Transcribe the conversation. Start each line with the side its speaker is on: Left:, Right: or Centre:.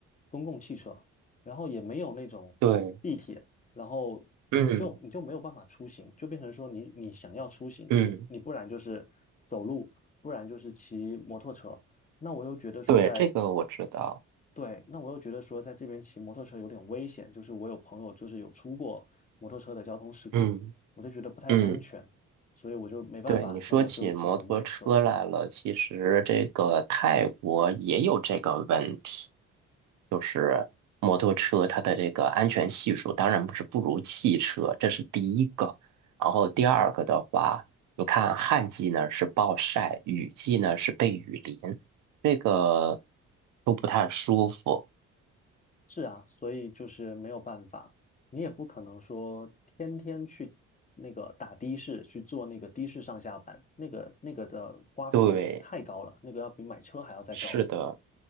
Left: 公共汽车，然后也没有那种地铁，
Right: 对，
Left: 然后你就你就没有办法出行，
Right: 嗯
Left: 就变成说你你想要出行，
Right: 嗯，
Left: 你你不然就是走路，不然就是骑摩托车。那我又觉得说在
Right: 对，这个我知道，
Left: 对，那我又觉得说，在这边骑摩托车有点危险，就是我有朋友就是有出过摩托车的交通事故，
Right: 嗯
Left: 我就觉得不太安全，
Right: 嗯。
Left: 所以我就没办法，
Right: 对，你说起摩托车来了，
Left: 那我就只能买车。
Right: 其实这个泰国也有这个问题，就是摩托车它的这个安全系数当然不是不如汽车，这是第一个。然后第二个的话，你看旱季呢是暴晒，雨季呢是被雨淋，这个都不太舒服。
Left: 是啊，所以就是没有办法，你也不可能说天天去那个打的士，去坐那个的士上下班，那个那个的花费就太高了，
Right: 对，
Left: 那个要比买车还要再高。
Right: 是的。